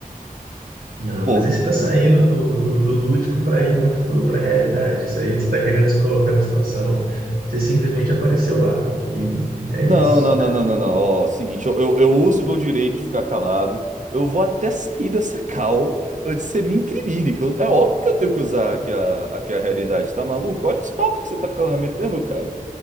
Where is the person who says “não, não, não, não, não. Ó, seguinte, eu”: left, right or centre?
Right